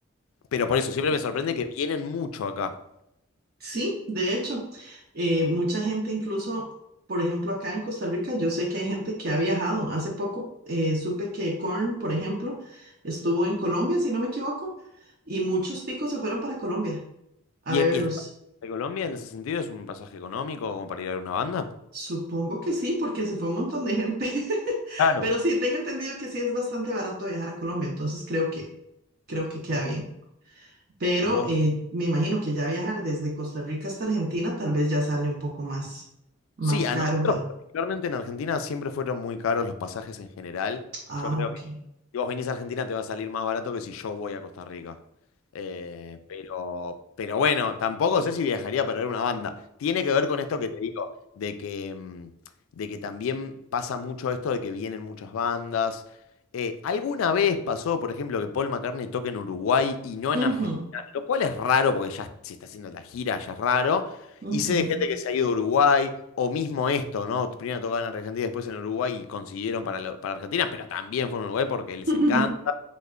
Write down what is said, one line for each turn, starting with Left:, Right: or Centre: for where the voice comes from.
Left: pero por eso siempre me sorprende que vienen mucho acá.
Right: Sí, de hecho, eh, mucha gente incluso, por ejemplo, acá en Costa Rica, yo sé que hay gente que ha viajado. Hace poco eh, supe que Korn, por ejemplo, estuvo en Colombia, si no me equivoco, y muchos ticos se fueron para Colombia a
Left: ¿Y,
Right: verlos.
Left: y es- de Colombia en ese sentido es un pasaje económico como para ir a ver una banda?
Right: Supongo que sí, porque se fue un montón de gente. <laughs>
Left: Claro,
Right: Pero sí, tengo entendido que sí es bastante barato viajar a Colombia, entonces creo que, creo que queda bien. Pero
Left: Muy
Right: eh, me imagino que ya viajar desde Costa Rica hasta Argentina tal vez ya sale un poco más, más
Left: Sí, a
Right: caro
Left: nosotros,
Right: para...
Left: particularmente en Argentina, siempre fueron muy caros los pasajes en general.
Right: Ah,
Left: Yo creo
Right: ok.
Left: que si vos venís a Argentina te va a salir más barato que si yo voy a Costa Rica. Eh, pero, pero bueno, tampoco sé si viajaría para ver una banda. Tiene que ver con esto que te digo, de que, mm, de que también pasa mucho esto de que vienen muchas bandas. Eh, ¿alguna vez pasó, por ejemplo, que Paul McCartney toque en Uruguay y no en
Right: Ujú,
Left: Argentina? Lo cual es raro porque ya si está haciendo la gira, ya es raro.
Right: ujú.
Left: Y sé de gente que se ha ido a Uruguay, o mismo esto, ¿no? Primero tocaban en Argentina, después en Uruguay y consiguieron para, la- para Argentina, pero también fueron a Uruguay porque les
Right: <laughs>
Left: encanta.